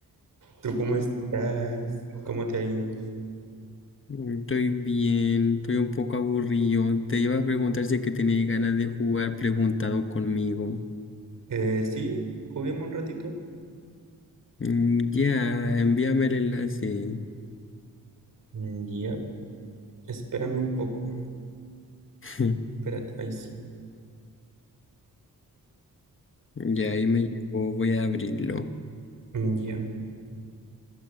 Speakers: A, on the right (about 65°); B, on the left (about 35°).
A: ¿Tú cómo estás? ¿Cómo te ha ido?
B: Estoy bien, estoy un poco aburrido. Te iba a preguntar si que tenías ganas de jugar preguntado conmigo.
A: Eh, sí, juguemos un ratito.
B: Mm, Ya, envíame el enlace.
A: Mm, Ya, Espérame un poco.
B: <laughs>
A: Espérate, ahí sí.
B: Ya, ahí me llegó, voy a abrirlo.
A: Mm, Ya,